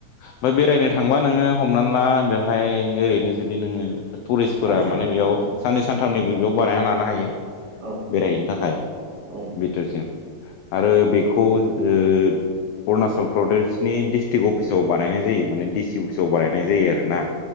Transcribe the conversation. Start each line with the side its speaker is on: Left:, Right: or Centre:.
Left: ओफ्राय बेरायनो थांबा नोंङो हमनानै ला बेवहाय ओरैनो जु दि नोंङो टुरिस्टफोरा
Right: साननै सानथाम
Left: माने बेयाव
Right: उम
Left: साननै सानथामनिबो
Right: उम
Left: बेयाव बारायना लानो हायो
Right: औ
Left: बेरायहैनो थाखाय
Right: औ
Left: बिथोरसिम आरो बेखौ ओ अरुणाचल प्रदेशनि डिस्ट स्टि्रिक अफिसाव बानायनाय जायो माने डिसि अफिसाव बानायनाय जायो। आरोना